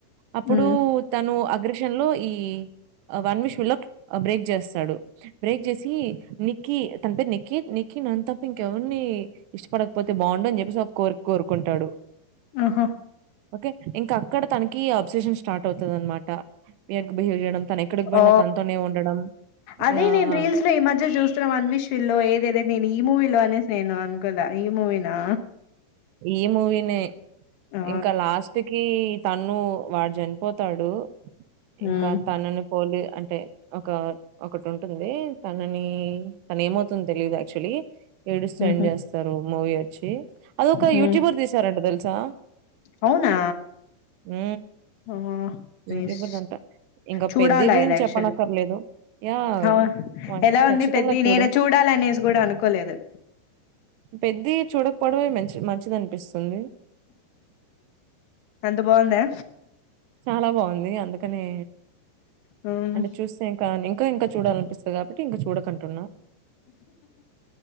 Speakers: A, on the right; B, on the left.
A: అప్పుడు
B: ఉమ్
A: తను అగ్రషన్ లో ఈ వన్ విష్ విలో బ్రేక్ చేస్తాడు. బ్రేక్ చేసి నిక్కీ తన పేరు నిక్కీ నిక్కీ నన్ను తప్ప ఇంకెవరిని ఇష్టపడకపోతే బాగుండు అని చెప్పేసి ఒక కోరిక కోరుకుంటాడు.
B: ఆహా
A: ఓకే ఇంకా అక్కడ తనకి అబ్సేషన్ స్టార్ట్ అవుతుంది అనమాట య బిహేవ్ చేయడం తనెక్కడికి పోయినా
B: ఓ
A: తనతోనే ఉండడం.
B: అదే
A: యాహ్!
B: నేను రీల్స్ లో ఈ మధ్య చూస్తున్నాం అన్విష సిలో ఏదేది నేను ఈ మూవీలో అనేసి నేను అనుకోలే ఈ మూవీ నా
A: ఈ మూవీనే
B: ఆ
A: ఇంకా లాస్ట్ ఇతకి తను వాడు చనిపోతాడు
B: హ్మ్
A: ఇంకా తనను పోలి అంటే ఒక ఒకటి ఉంటుంది తనని తను ఏమవుతుంది తెలీదు యాక్చుయలీ ఏడిస్తే
B: ఊహూ
A: ఏం చేస్తారు మూవీ వచ్చి అది ఒక
B: హ్మ్
A: యూట్యూబర్ తీసారంట తెలుసా
B: అవునా
A: మ్
B: ఆ
A: యూట్యూబర్
B: నైస్
A: అంత ఇంకా
B: చూడాలా
A: పెద్దీ గురించి
B: ఇది యాక్చువల్లీ
A: చెప్పనక్కరలేదు యా
B: అవ
A: వన్
B: ఎలా
A: ఖచ్చితంగా
B: ఉంది పెద్ది
A: చూడు
B: నేను చూడాలనేసి కూడా అనుకోలేదు
A: పెద్ది చూడకపోవడమే మంచి మంచిదనిపిస్తుంది.
B: అంత బావుందా
A: చాలా బాంది అందుకనే
B: హ్మ్
A: అంటే చూస్సెక ఇంకా ఇంకా చూడాలనిపిస్తుంది కాబట్టి ఇంకా చూడకంటున్నా